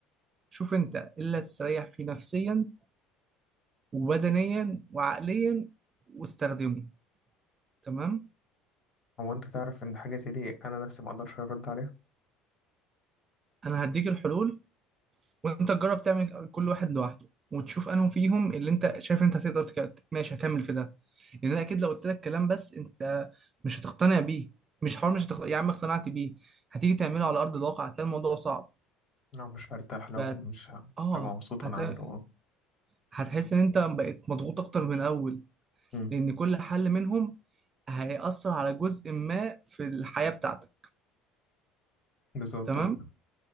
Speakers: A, on the right (about 25°); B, on the left (about 30°).
A: شوف انت إيه اللي هتستريح فيه نفسيا وبدنيا وعقليا واستخدمه تمام
B: هو انت تعرف ان حاجه زي دي انا نفسي ما اقدرش ارد عليها
A: انا هديك الحلول وانت تجرب تعمل كل واحد لوحده وتشوف انهم فيهم اللي انت شايف انت هتقدر تك... ماشي هكمل في ده لان انا اكيد لو قلت لك كلام بس انت مش هتقتنع بيه مش حوار مش هتق... يا عم اقتنعت بيه هتيجي تعمله على ارض الواقع هتلاقي الموضوع صعب
B: لا مش هرتاح لو
A: ف...
B: مش ه-
A: اه
B: مش هبقى مبسوط
A: هتلاقي
B: وانا عامله اه
A: هتحس ان انت بقيت مضغوط اكتر من الاول
B: أمم،
A: لان كل حل منهم هيأثر على جزء ما في الحياة بتاعتك
B: بالظبط
A: تمام
B: اه.